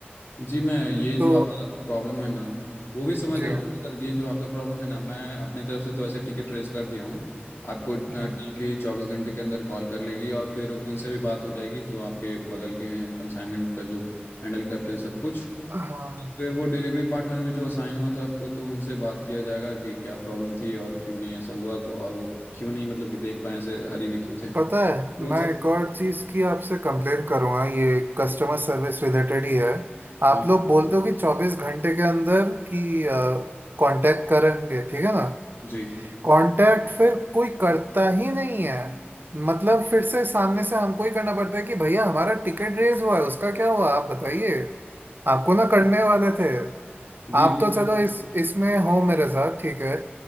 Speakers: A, on the left; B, on the right.
A: जी मैं ये जो
B: तो
A: आपका प्रॉब्लम है ना वो भी समझ
B: जी
A: रहा हूँ पर ये जो आपका प्रॉब्लम है ना मैं अपनी तरफ से तो वैसे टिकट रेज कर दिया हूँ आपको टीम
B: हम्म,
A: भी चौबीस घंटे के अंदर कॉल कर लेगी और फिर उनसे भी बात हो जाएगी जो आपके बगल के हैं कंसाइनमेंट का जो हैंडल करते हैं सब कुछ
B: हाँ
A: फिर वो डिलीवरी पार्टनर भी जो असाइन हुआ था आपको तो उनसे बात किया जाएगा कि क्या प्रॉब्लम थी और क्यों नहीं ऐसा हुआ तो और वो क्यों नहीं मतलब कि देख पाए ऐसे हरी में क्यों थे
B: पता है
A: वो
B: मैं
A: सब
B: एक और चीज़ की आपसे कंप्लेन करूँगा ये कस्टमर सर्विस रिलेटेड ही है आप
A: हाँ
B: लोग बोलते हो कि चौबीस घंटे के अंदर कि कांटेक्ट करेंगे ठीक है ना
A: जी
B: कांटेक्ट फिर कोई करता ही नहीं है मतलब फिर से सामने से हमको ही करना पड़ता है कि भैया हमारा टिकट रेस हुआ है उसका क्या हुआ आप बताइए आपको ना करने वाले थे
A: जी
B: आप तो चलो इस इसमें हो मेरे साथ ठीक है